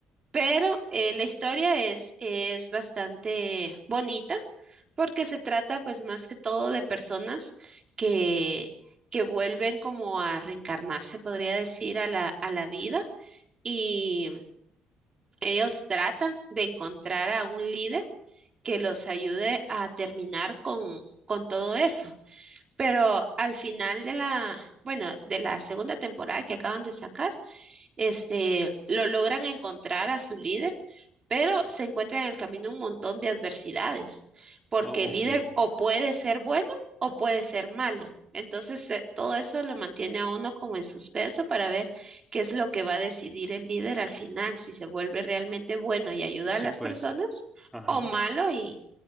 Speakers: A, on the right; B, in the centre.
A: pero eh, la historia es, es bastante bonita porque se trata pues más que todo de personas que, que vuelven como a reencarnarse, podría decir, a la, a la vida y ellos tratan de encontrar a un líder que los ayude a terminar con, con todo eso. Pero al final de la, bueno, de la segunda temporada que acaban de sacar, este, lo logran encontrar a su líder, pero se encuentran en el camino un montón de adversidades, porque
B: Oh,
A: el
B: ok.
A: líder o puede ser bueno o puede ser malo. Entonces, eh, todo eso lo mantiene a uno como en suspenso para ver qué es lo que va a decidir el líder al final, si se vuelve realmente bueno y ayuda
B: Sí,
A: a las
B: pues.
A: personas
B: Ajá.
A: o malo y,